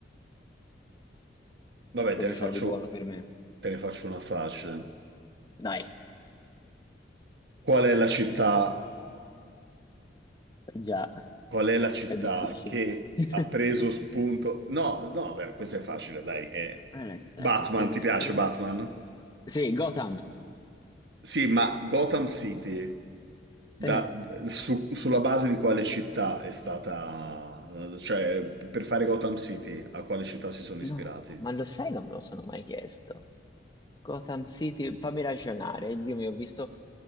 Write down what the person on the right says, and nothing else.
vabbè,
te ne
faccio,
te ne faccio una facile.
Qual è la città...
Qual è la città
che
ha preso spunto? No, no, beh, questo è facile, dai. eh.
Batman,
ti piace
Batman?
Sì, ma Gotham City, da-
su- sulla base di quale città è stata... Cioè, per fare Gotham City, a quale città si sono ispirati?